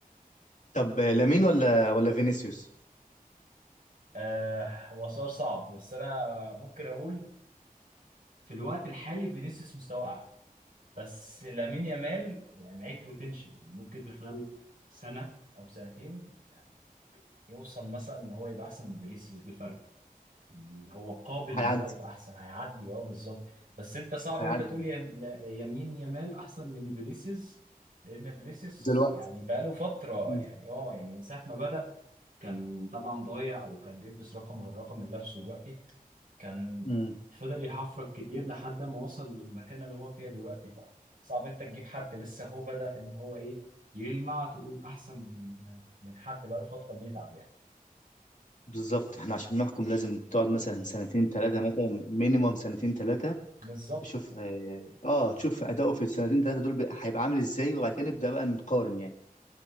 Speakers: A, on the left; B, on the right.
A: طب آه، لامين ولا ولا فينيسيوس
B: آه هو سؤال صعب بس انا ممكن اقول في الوقت الحالي فينيسيوس مستواه اعلى بس لامين يامال يعني لعيب بوتنشال يعني ممكن في خلال سنه او سنتين يعني يوصل مثلا ان هو يبقى احسن من فينيسيوس بفرق يعني هو قابل
A: هيعدي
B: ان هو يبقى احسن هيعدي اه بالظبط بس انت صعب
A: هيعدي
B: ان انت تقول يم- يمين يامال احسن من فينيسيوس لان فينيسيوس
A: دلوقتي
B: يعني بقاله فتره
A: مم.
B: يعني اه يعني من ساعه ما بدأ كان طبعا ضايع وكان بيلبس رقم غير رقم اللي لابسه دلوقتي كان
A: مم.
B: فضل يحفرك كتير لحد ما وصل للمكان اللي هو فيها دلوقتي بقى صعب انت تجيب حد لسه هو بدأ ان هو ايه يلمع تقول احسن من من حد بقاله فترة بيتعب يعني
A: بالظبط احنا عشان نحكم لازم تقعد مثلا سنتين ثلاثة مثلا مينيموم سنتين ثلاثة
B: بالظبط
A: تشوف اه آه، تشوف أداؤه في السنتين ثلاثة دول بقى هيبقى عامل ازاي وبعد كده نبدأ بقى نقارن يعني